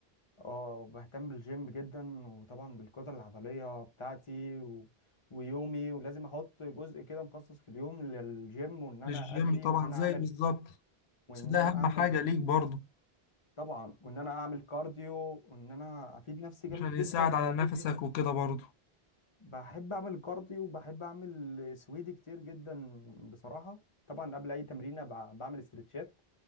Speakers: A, on the left (about 35°); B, on the left (about 85°).
A: اه بهتم بالجيم جدا وطبعا بالقدره العضليه بتاعتي و... ويومي ولازم احط جزء كده مخصص في اليوم للجيم وان انا
B: الجيم
A: اجري
B: طبعا
A: وان انا
B: زي
A: اعمل
B: بالظبط
A: وان
B: بس ده
A: انا
B: اهم
A: اعمل
B: حاجة ليك برضه
A: طبعا وان انا اعمل كارديو وان انا افيد نفسي جامد
B: عشان يساعد
A: جدا
B: على
A: وافيد
B: نفسك
A: جسمي
B: وكده برضه
A: بحب اعمل كارديو وبحب اعمل سويدي كتير جدا بصراحه طبعا قبل اي تمرينه ب- بعمل استرتشات